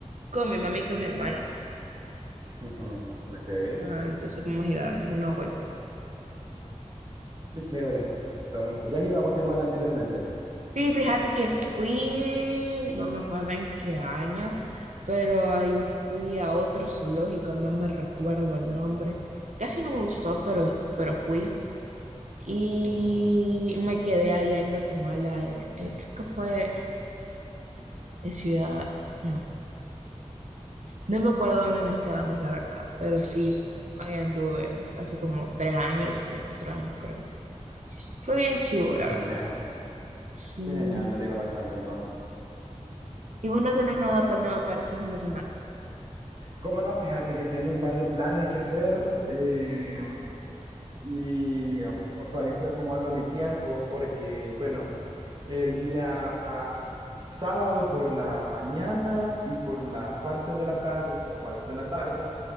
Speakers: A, on the right; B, on the right.
A: con mi mamá y con mi hermana.
B: Ujú, Ok, qué
A: Ah, entonces vamos a ir a darnos una vuelta.
B: chévere. Entonces, ¿ya has ido a Guatemala anteriormente?
A: Sí, fíjate que fui, no me acuerdo en qué año, pero ahí fui a otro zoológico, no me recuerdo el nombre. Casi no me gustó, pero, pero fui. Y
B: ujú.
A: me quedé allá en Guatemala, eh, eh, creo que fue en Ciudad, no, no me acuerdo dónde nos quedamos, la verdad, pero sí, ahí anduve hace como tres años, tres, cuatro años creo. Fue bien chivo,
B: Qué
A: la
B: genial,
A: verdad. Sí.
B: qué genial, me alegro bastante entonces.
A: Y vos no tenés nada planeado para este fin de semana.
B: ¿Cómo no? Fíjate que tengo un par de planes que hacer eh, y bueno, todavía estoy acomodando mi tiempo porque, bueno, el día sábado por la mañana y por la parte de la tarde, o sea, como a las 3 de la tarde,